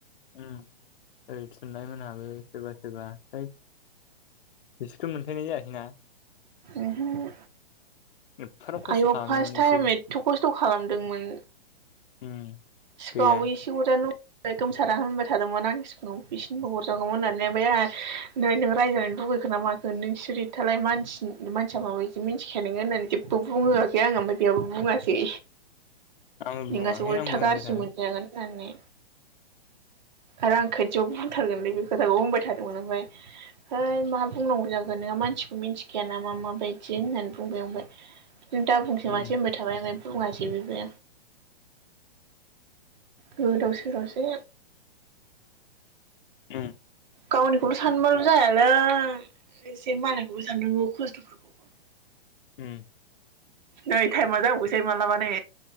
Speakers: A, on the left; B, on the right.
A: उम ओइ थुनलाइमोनहाबो सोरबा सोरबा ओ बिसोरथ' मोनथायनाय जायाखैना
B: ओहो
A: एफाराब खस्थ'
B: आयौ
A: खालामदोंमोन
B: फास
A: बिसोरबो
B: टाइम एथ' खस्थ' खालामदोंमोन!
A: उम
B: सिगाङावबो
A: गैया
B: एसे अरजानो गोमसारा होनबाय थादोंमोन आंनि सिगङाव बिसिनिखौबो हरजागौमोन होननानै ओमफाय आं नै नों रायजागोन लुगैखो ना माखो नोंसोरिथालाय मानसि मानसिया माबायदि मिथिखाया नोङो होनना जेबो बुङोआखै आं ओमफाय बेयाबो बुङासै
A: आं
B: नोंहासो
A: बुंआखै
B: उल्था
A: आंबो
B: गाज्रि
A: थादों
B: मोनजागोन होननानै आरो आं खोथियाव बुंथारगोनलै बे खोथाखौ बुंबाय थादोंमोन ओमफ्राय हैइ मा बुंनांगौ जाखो नोंहा मानसिखौ मिथिखाया नामा माबायदि होननानै बुंबाय आं ओमफ्राय। नों दा बुंसै
A: उम
B: मासै होनबाय थाबाय नालाय बुङासै बेबो गोदाव सोरावसो
A: ओम
B: गावनिखौल' सानबाल' जायालै एसे मालायखौबो साननांगौ खस्थ'फोरखौ
A: उम
B: नै टाइमा जाबावसै मालाबा नो